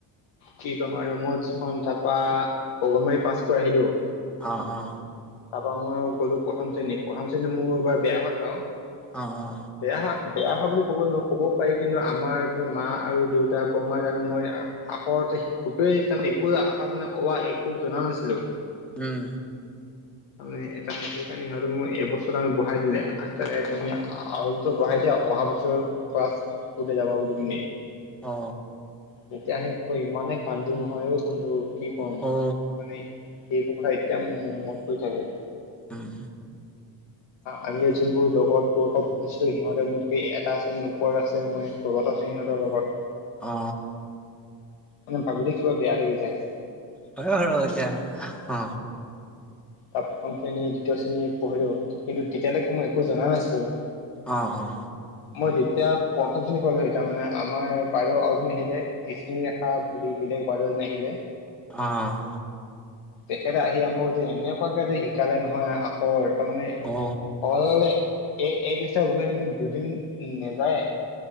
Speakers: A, on the left; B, in the centre.
A: কি ক'ম আৰু মই যিখন তাৰপা অগনবাৰি পাছ কৰি আহিলো।
B: অ অ।
A: তাৰ পৰাা মই গ'লো প্ৰথম শ্ৰেণী প্ৰথম শ্ৰেণীত মোৰ এবাৰ বেয়া হল বাৰু।
B: অ অ।
A: বেয়া হোৱা বেয়া হোৱা বুলি ক'ব নোৱাৰো ক'বও পাৰি কিন্তু আমাৰ মা আৰু দেউতা বৰমা তমানে মই আখৰ খুবেই তাৰমানে একো আষা মানে অৱ একো জনা নাছিলো।
B: উম।
A: তাৰোৰমানে সেইকাৰণে সিহঁতে মোক এই বস্তু তি বহাই দিলে ত তুমি আৰু বঢ়াইতে অহা বছৰৰ পৰা <unintelligible>
B: অ।
A: তেতিয়া সি ইমানে কান্দো নহয় অও বন্ধু। কি কৰম
B: অ
A: মানে এইেইবোৰ কথা এতিয়া মত পৰি থাকে।
B: উম
A: আম জিবোৰ লগত কিছিলো সিহঁতে মোতকে এটা শ্ৰেণীৰ ওপৰত আছে মই তলত আছো সিহঁতৰ লগত।
B: অঁ।
A: মানে ভাবিলে কিবা বেয়া লাগি যায়।
B: হয় হয় এতিয়া অ।
A: তাৰ প্ৰথম শ্ৰেণী দ্বিতীয় শ্ৰেণী পঢ়িলোঁ কিন্তু তেতিয়ালৈকে মই একো জনা নাছিলোঁ।
B: অঁ অঁ।
A: মই যেতিয়া পঞ্চম শ্ৰেণী পালো তাৰ মানে আমাৰ বাইদে অজনী আহিলে বৃষ্মি ৰেখা বুলি বেলেগ বাদল নাহিলে।
B: অঁ।
A: তেখেতে আহি আমাক যে এনেকুৱাকে যে সালে নহয় আখৰ তাৰমানে
B: অ
A: ক'বলৈ গ'লে এই একেইচা গৰি আমি দুদিন নাযায়।